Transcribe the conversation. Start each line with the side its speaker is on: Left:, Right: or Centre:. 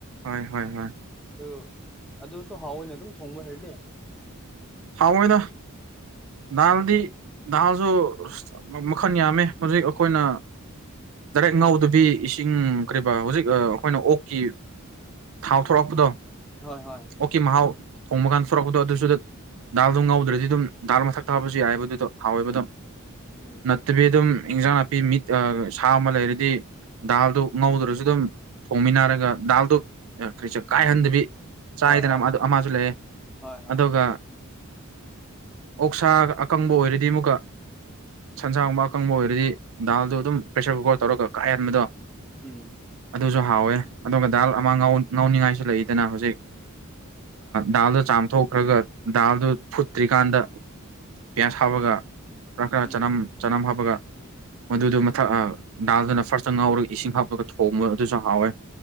Right: ꯍꯣꯏ ꯍꯣꯏ ꯍꯣꯏ
Centre: ꯑꯗꯨ ꯑꯗꯨꯁꯨ ꯍꯥꯎꯋꯦꯅꯦ ꯑꯗꯨꯝ ꯊꯣꯡꯕ ꯍꯩꯔꯗꯤ
Right: ꯍꯥꯎꯋꯦꯗꯥ ꯗꯥꯜꯗꯤ ꯗꯥꯜꯁꯨ ꯃꯈꯟ ꯌꯥꯝꯃꯦ ꯍꯧꯖꯤꯛ ꯑꯈꯣꯏꯅ ꯗꯥꯏꯔꯦꯛ ꯉꯧꯗꯕꯤ ꯏꯁꯤꯡ ꯀꯔꯤꯕ ꯍꯧꯖꯤꯛ ꯑꯩꯈꯣꯏꯅ ꯑꯣꯛꯀꯤ ꯊꯥꯎ ꯊꯣꯛꯂꯛꯄꯗꯣ
Centre: ꯍꯣꯏ ꯍꯣꯏ
Right: ꯑꯣꯛꯀꯤ ꯃꯍꯥꯎ ꯊꯣꯡꯕ ꯀꯥꯟꯗ ꯊꯣꯔꯛꯄꯗꯣ ꯑꯗꯨꯁꯨ ꯗꯥꯜꯗꯣ ꯉꯧꯗ꯭ꯔꯗꯤ ꯑꯗꯨꯝ ꯗꯥꯜ ꯃꯊꯛꯇꯥ ꯍꯥꯞꯄꯁꯨ ꯌꯥꯏꯌꯦꯕ ꯑꯗꯨꯗꯣ ꯍꯥꯎꯋꯦꯕ ꯑꯗꯨꯝ
Centre: ꯎꯝ
Right: ꯅꯠꯇꯕꯤ ꯑꯗꯨꯝ ꯏꯟꯖꯥꯡ ꯅꯥꯄꯤ ꯃꯤꯠ ꯁꯥ ꯑꯃ ꯂꯩꯔꯗꯤ ꯗꯥꯜꯗꯨ ꯉꯧꯗ꯭ꯔꯁꯨ ꯑꯗꯨꯝ ꯊꯣꯡꯃꯤꯟꯅꯔꯒ ꯗꯥꯜꯗꯨ ꯀꯔꯤꯁꯨ ꯀꯥꯏꯍꯟꯗꯕꯤ ꯆꯥꯏꯗꯅ
Centre: ꯍꯣꯏ ꯍꯣꯏ ꯍꯣꯏ
Right: ꯑꯃꯁꯨ ꯂꯩꯑꯦ
Centre: ꯍꯣꯏ
Right: ꯑꯗꯨꯒ
Centre: ꯍꯣꯏ
Right: ꯑꯣꯛꯁꯥꯒ ꯑꯀꯪꯕ ꯑꯣꯏꯔꯗꯤ ꯑꯃꯨꯛꯀꯥ ꯁꯟꯁꯥꯡ ꯒꯨꯝꯥ ꯑꯀꯪꯕ ꯑꯣꯏꯔꯗꯤ ꯗꯥꯜꯗꯣ ꯑꯗꯨꯝ ꯄ꯭ꯔꯦꯁꯔ ꯀꯨꯀꯔ ꯇꯧꯔꯒ ꯀꯥꯏꯍꯟꯕꯗꯣ
Centre: ꯎꯝ
Right: ꯑꯗꯨꯁꯨ ꯍꯥꯎꯋꯦ ꯑꯗꯨꯒ ꯗꯥꯜ ꯑꯃ ꯉꯥꯎꯅꯤꯡꯉꯥꯏꯁꯨ ꯂꯩꯗꯅ ꯍꯧꯖꯤꯛ ꯗꯥꯜꯗꯨ ꯆꯥꯝꯊꯣꯛꯈ꯭ꯔꯒ ꯗꯥꯜꯗꯨ ꯐꯨꯠꯇ꯭ꯔꯤꯀꯥꯟꯗ ꯄꯤꯌꯥꯁ ꯍꯥꯞꯄꯒ ꯈꯔ ꯈꯔ
Centre: ꯎꯝ
Right: ꯆꯥꯅꯝ ꯆꯥꯅꯝ ꯍꯥꯞꯄꯒ ꯃꯗꯨꯗꯣ ꯃꯊꯛ ꯗꯥꯜꯗꯅ ꯐꯥꯔꯁꯇ ꯉꯥꯎꯔꯒ ꯏꯁꯤꯡ ꯍꯥꯞꯄꯒ ꯊꯣꯡꯕ ꯑꯗꯨꯁꯨ ꯍꯥꯎꯋꯦ